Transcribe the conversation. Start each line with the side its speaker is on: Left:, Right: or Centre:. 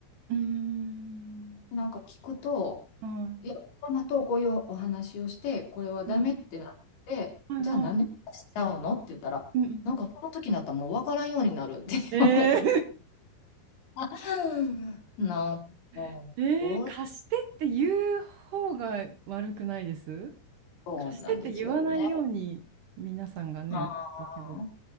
Right: うんうん
Left: なんか聞くと、
Right: うんはい。
Left: いや、ママとこういうお話をして、これはダメってなって、
Right: うんうんはいはい
Left: じゃあなんでしちゃうのって言ったら、
Right: うんうん
Left: なんかその時になったらもう分からんようになるって <laughs>
Right: ええ
Left: 言われて、<laughs> なんかもう、
Right: <laughs> えー貸してって言う方が悪くないです
Left: そうなんですよね。
Right: 貸してって言わないように皆さんがね、
Left: あ
Right: 結局は。
Left: ー